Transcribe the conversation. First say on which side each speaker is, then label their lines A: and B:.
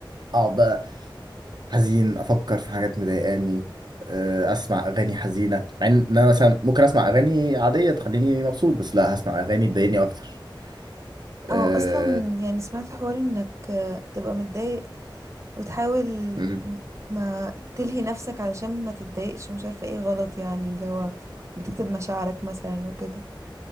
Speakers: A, on the right (about 55°); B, on the right (about 35°).
A: اقعد بقى حزين افكر في حاجات مضايقاني آه، اسمع اغاني حزينه مع ان انا مثلا ممكن اسمع اغاني عاديه تخليني مبسوط بس لا هسمع اغاني تضايقني اكتر أه...
B: او اصلا يعني سمعت حوار انك آه، تبقى متضايق وتحاول
A: مم.
B: م- ما تلهي نفسك علشان ما تتضايقش ومش عارفة ايه غلط يعني اللي هو بتكتب مشاعرك مثلا وكده